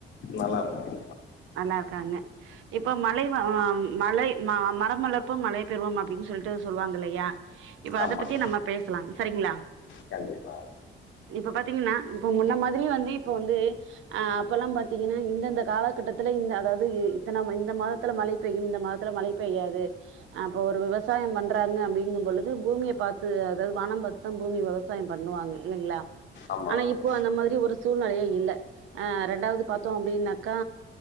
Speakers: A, on the left; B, on the right.
A: நல்லாருக்காங்க
B: நல்லாருக்காங்க இப்ப மழை அ மழை ம மரம் வளர்ப்போம் மழை பெறுவோம் அப்டின் சொல்ட்டு சொல்வாங்க இல்லையா இப்ப
A: ஆமாம்
B: அத பத்தியே நம்ம பேஸ்லா சரிங்ளா
A: கண்டிப்பாக
B: இப்ப பாத்தீங்கன்னா இப்போ முன்ன மாதிரி வந்து இப்போ வந்து அ அப்பலா பாத்தீங்கினா இந்தந்த காலகட்ட த்துல இந்த அதாவுது இத்தன இந்த மாதத்துல மழை பெய்யும் இந்த மாதத்துல மழை பெய்யாது அப்போ ஒரு விவசாயம் பண்றாங்க அப்டிங்கும் பொழுது பூமிய பாத்து அதாவுது வானம் பாத் தா பூமி விவசாயம் பண்ணுவாங்க இல்லீங்ளா
A: ஆமாம்
B: ஆனா இப்போ அந்த மாதிரி ஒரு சூழ்நிலையே இல்ல ஆ ரெண்டாவுது பாத்தோ அப்டின்னாக்கா